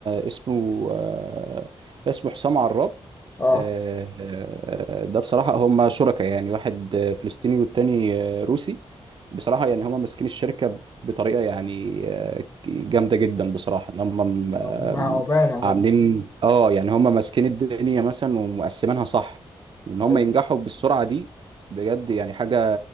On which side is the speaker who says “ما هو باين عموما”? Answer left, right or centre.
Left